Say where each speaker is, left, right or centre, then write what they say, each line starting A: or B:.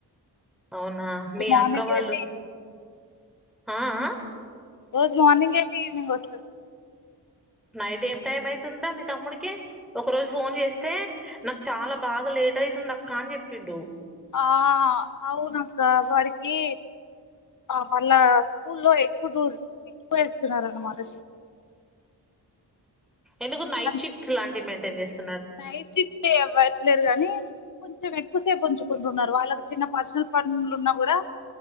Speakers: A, in the centre; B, on the left (about 45°).
A: అవునా మీ
B: మార్నింగ్
A: అక్క వాళ్ళు
B: వెళ్ళి
A: హ ఆ
B: రోజు మార్నింగ్ వెళ్ళి ఈవినింగ్ వస్తది
A: నైట్ ఎమ్ టైమ్ అయితుందా మీ తమ్ముడికి ఒక రోజు ఫోన్ చేస్తే నాకు చాలా బాగా లే లేట్ అయితుంది అక్కా అని చెప్పిండు
B: ఆ అవునక్క వాడికి ఆ మళ్ళా స్కూల్లో ఎక్కు డూర్ ఎక్కువ వేస్తున్నారనమాట షిఫ్టిం
A: ఎందుకు నైట్
B: అంటే
A: షీఫ్ట్ లాంటివి మెయింటైన్ చేస్త్
B: నైట్ షిఫ్టే ఎవత్ లేదు గానీ కొంచెం ఎక్కువసేపు ఉంచుకుంటున్నారు వాళ్ళకి చిన్న పర్సనల్ పండ్లు ఉన్నా గుడా